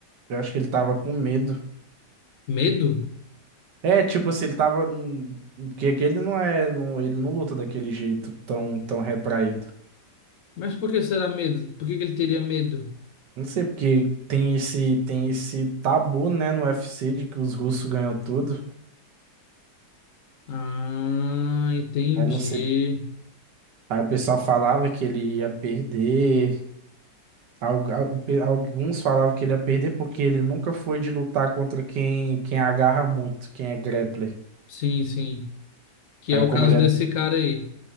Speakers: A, on the right; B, on the left.
A: eu acho que ele tava com medo.
B: Medo?
A: É, tipo assim, ele tava. num- Porque aquele não é. Não, ele não luta daquele jeito tão, tão retraído.
B: Mas por que será medo? Por que que ele teria medo?
A: Não sei porque tem esse tem esse tabu, né, no UFC de que os russos ganham tudo.
B: Ah, entendi.
A: Aí não sei, aí o pessoal falava que ele ia perder. Algu- al- pe- Alguns falavam que ele ia perder porque ele nunca foi de lutar contra quem quem agarra muito, quem é grappler.
B: Sim, sim. Que
A: Aí
B: é o
A: como
B: caso
A: ele
B: desse cara aí.